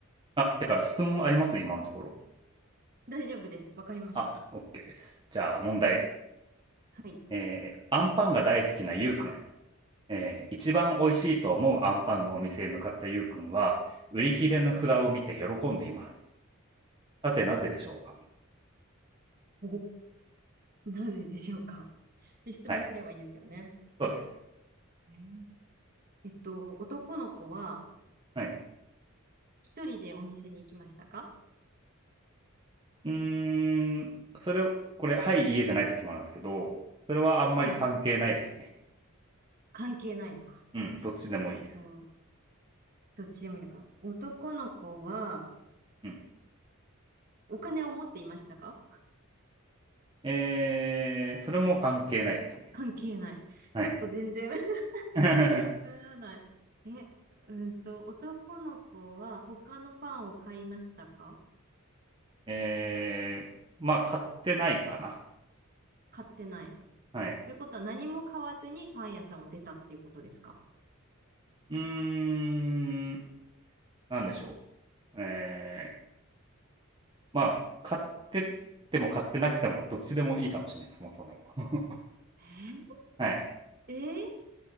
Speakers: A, on the right; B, on the right.
A: あ、てか質問あります？今のところ。
B: 大丈夫です。わかりました。
A: あ、OK です。じゃあ問題。
B: はい。
A: えーアンパンが大好きなゆうくん。えー一番美味しいと思うアンパンのお店へ向かったゆうくんは、売り切れの札を見て喜んでいます。さて、なぜでしょうか？
B: お、なぜでしょうか。で、質問すればいいんですよね。
A: はい、そうです。
B: ねえーえっと、男の子は
A: はい。
B: 一人でお店に行きましたか
A: うーん、それを、これ、はい、いえじゃない時もあるんですけど、それはあんまり関係ないですね。
B: はい。関係ないのか。
A: うん、どっちでもいいです。
B: えっと、どっちでもいいのか。男の子は
A: うん。
B: お金を持っていましたか
A: えーそれも関係ないですね。
B: 関係ない。
A: はい。
B: ちょっと全然 <laughs>
A: <laughs>
B: わからない。え、うんと、男の子は他のパンを買いましたか
A: ええ、まあ、買ってないかな。
B: 買ってない。
A: はい。
B: ということは何も買わずにパン屋さんを出たっていうことですか
A: うーん、なんでしょう。ええ、まあ、買ってっても買ってなくても、どっちでもいいかもしれない、そもそも。<laughs>
B: えー
A: はい、
B: えー